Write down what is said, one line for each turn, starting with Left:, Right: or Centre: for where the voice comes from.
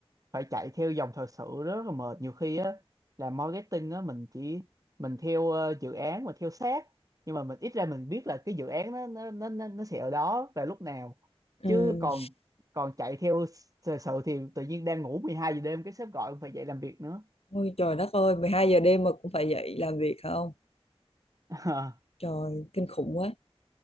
Right: phải chạy theo dòng thời sự rất là mệt nhiều khi á là marketing á mình chỉ mình theo ờ, dự án mà theo sát nhưng mà mình ít ra mình biết là cái dự án nó nó nó nó nó sẽ ở đó và lúc nào
Left: Ừ.
Right: chứ còn còn chạy theo thời sự thì tự nhiên đang ngủ 12 giờ đêm cái sếp gọi phải dậy làm việc nữa
Left: Ôi trời đất ơi, 12 giờ đêm mà cũng phải dậy làm việc hả không?
Right: <laughs>
Left: Trời, kinh khủng quá.